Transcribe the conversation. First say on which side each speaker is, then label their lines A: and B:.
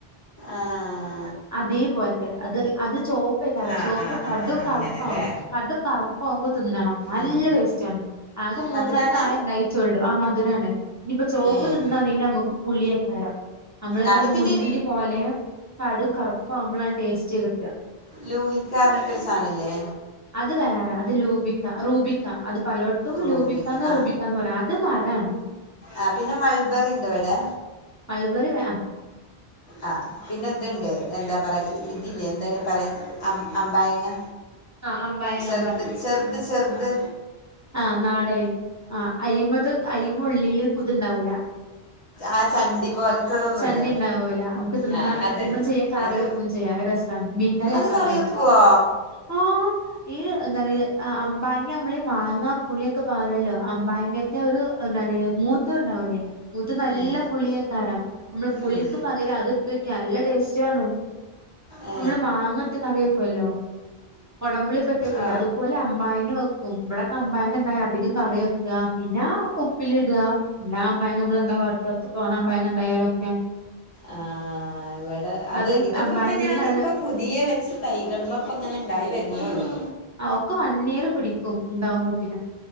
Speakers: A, on the left (about 80°); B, on the right (about 15°).
A: ആഹ്
B: അതേ പോൽത്തെ അത് അത് ചോപ്പേക്കാരം
A: ആഹ്
B: ചോപ്പ്
A: ആഹ്
B: കടും
A: ആഹ് അങ്ങനെല്ലേ
B: കറുപ്പാവും ക കടും കറുപ്പാവുമ്പോ തിന്നണം നല്ല
A: ഉം
B: ടേസ്റ്റാണ് ആകെ മൂന്നാല്
A: മധുരാണ്
B: കായേ ണ്ടായ്റ്റൊള്ളു ആ മധുരാണ് ഞ്ഞിപ്പ ചോപ്പ്
A: ഏഹ്
B: തിന്നാണെങ്കി നമുക്ക് പുളിയേക്കാരം നമ്മളിങ്ങനെ
A: ആഹ് പിന്നെ
B: മുന്തിരി പോലെ കടും കറുപ്പാവുമ്പളാണ് ടേസ്റ്റ് കിട്ട് <unintelligible>
A: ലൂവിക്ക്യാർഞ്ഞ്ട്ടൊരു സാനല്ലേ
B: അത് വേറെ അത് ലൂബിക്ക റൂബിക് ക്ക അത് പലോട്ത്തും
A: റൂബിക്ക്
B: ലൂബിക്കാന്ന്
A: ആ
B: റൂബിക്കാന്ന് പറയും അത് മറാണ്
A: ആ പിന്നെ മൾബറിണ്ട് വടെ
B: മൾബറി വേ
A: ആ പിന്നെ ത്ണ്ട് എന്താ പറയ ഈ ഇതില്ലേ എന്തായ്ന് പറയാ അം അമ്പായങ്ങ
B: ആഹ് അമ്പായങ്ങ
A: ചെർത് ചെർത് ചെർത്
B: ആ ന്നാടന് ആ അയ്മത് അയ്മ ഉള്ളില് കുതുണ്ടാവൂല
A: ആ ചണ്ടി പോലത്തതൊന്നുമില്ല
B: ചണ്ടി ണ്ടാവൂല നമുക്ക് തിന്ന
A: ആ അതുണ്ട്
B: തിന്നും ചെയ്യ കറി
A: അത്
B: വെക്കും ചെയ്യാം റെസ് ആ മീൻകറി
A: അത്
B: വെക്ക
A: കറി
B: അയേയ്റ്റ്
A: വെക്കുവോ
B: ആ ഈ എന്താണ് അ അമ്പായങ്ങ നമ്മള് മാങ്ങാ പുളിയൊക്കെ പാരല്ലോ അമ്പയങ്ങന്റെ ഒരു എന്താണ് മൂത്തത് ഉണ്ടാവൂലേ മൂത്തത് നല്ല
A: ഉം,
B: പുളിയേക്കാരം നമ്മള് പുളിക്ക്
A: ഉം.
B: പകരം അത് ഇട്ടോക്കി നല്ല ടേസ്റ്റാണ്
A: ഏ.
B: നമ്മള് മാങ്ങട്ട് കറി വെക്കുവല്ലോ കൊടമ്പുളിക്കെ ഇട്ടെക്കൊല്ലോ
A: ആ
B: അതുപോലെ അമ്പായങ്ങ വെക്കും ഇവടൊക്കെ അമ്പയങ്ങണ്ടായ അധികം കറി വെക്ക പിന്നെ ഉപ്പിലിട എല്ലാ അമ്പയങ്ങ നമ്മളെന്താ കാട്ട ഇത്ര തോനെ അമ്പയങ്ങ ഇണ്ടായാലൊക്കെ
A: ആഹ് ഇവടെ അത്
B: അതും
A: ഇതൊക്കെ
B: അമ്പായങ്ങേല്
A: ഇപ്പ ഞാന് ഇപ്പൊ പുതിയ വെച്ച തൈകള്മ്മെ ഇപ്പൊ ഇങ്ങനെ ഇണ്ടായി വരുന്നുള്ളൂ
B: ആഹ് ഒക്കെ വൺ ഇയർ പിടിക്കും ഇണ്ടാവുമ്പോത്തിന്